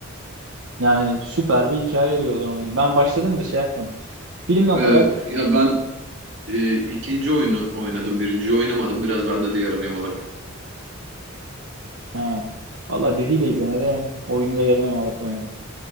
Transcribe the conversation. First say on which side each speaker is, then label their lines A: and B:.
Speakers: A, on the right; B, on the right.
A: Yani süper bir hikaye eriyorlar onu. Ben başladım da şey yapmadım. Film olarak
B: Ee, ya ben e, ikinci oyunu oynadım, birinciyi oynamadım. Biraz bende de yarım yamalak.
A: ha, valla diziyi de izlemedim. Oyunu da yarım yamalak oynadım.